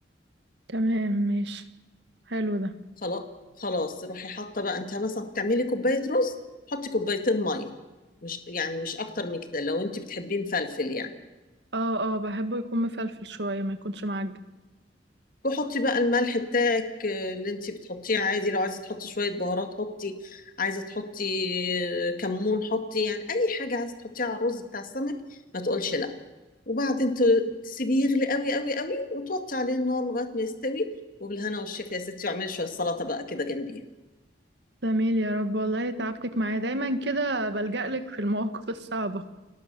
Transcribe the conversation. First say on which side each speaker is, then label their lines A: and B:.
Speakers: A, on the right; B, on the left.
A: تمام ماشي حلو ده
B: خلاص خلاص روحي حاطة بقى انت مثلا تعملي كوباية رز حطي كوبايتين مية مش يعني مش اكتر من كده لو انت بتحبيه مفلفل يعني
A: اه اه بحبه يكون مفلفل شوية ما يكونش معجن
B: وحطي بقى الملح بتاعك آه، اللي انتي بتحطيه عادي لو عايزه تحطي شويه بهارات حطي عايزه تحطي آه، كمون حطي يعني اي حاجه عايزه تحطيها على الرز بتاع السمك ما تقولش لا وبعدين ت- تسيبيه يغلي قوي قوي قوي وتوطي عليه النار لغايه ما يستوي وبالهنا والشفا يا ستي واعملي شويه سلطه بقى كده جنبيه
A: جميل يا رب والله تعبتك معايا دايما كده بلجأ لك في المواقف الصعبة